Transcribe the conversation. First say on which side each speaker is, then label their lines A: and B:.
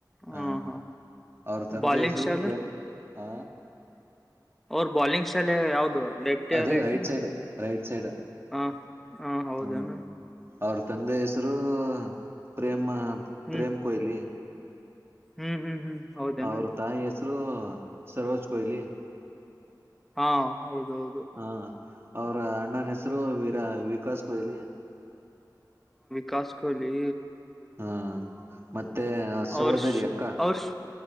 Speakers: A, in the centre; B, on the right.
A: ಹಾ
B: ಹ
A: ಹಾ.
B: ಅವ್ರ ತಂದೆ
A: ಬಾಲಿಂಗ್
B: ಹೆಸರು
A: ಸ್ಟೈಲ್
B: ಪ್ರೇಮ ಹ.
A: ಅವ್ರ ಬಾಲಿಂಗ್ ಸ್ಟೈಲ್ ಯಾವದು ಲೆಫ್ಟ
B: ಅದೇ
A: ಯ ರೈಟ್
B: ಸೈಡ್ ರೈಟ್ ಸೈಡ್
A: ಹ ಹಾ ಹೌದನಾ
B: ಹ್ಮ್ ಅವ್ರ ತಂದೆ ಹೆಸರು ಪ್ರೇಮ
A: ಹ್ಮ್
B: ಪ್ರೇಮ್ ಕೊಹ್ಲಿ
A: ಹ್ಮ್ ಹ್ಮ್ ಹ್ಮ್ ಹೌದೇನು
B: ಅವ್ರ ತಾಯಿ ಹೆಸರು ಸರೋಜ್ ಕೊಹ್ಲಿ
A: ಹಾ ಹೌದೌದು
B: ಹಾ ಅವ್ರ ಅಣ್ಣನ ಹೆಸರು ವಿರಾ ವಿಕಾಸ್ ಕೊಹ್ಲಿ
A: ಕಾಸ್ ಕೊಹಲಿ
B: ಹಾ ಮತ್ತೆ ಸೋದರಿ
A: ಅವ್ರ
B: ಅಕ್ಕ
A: ಅವ್ರ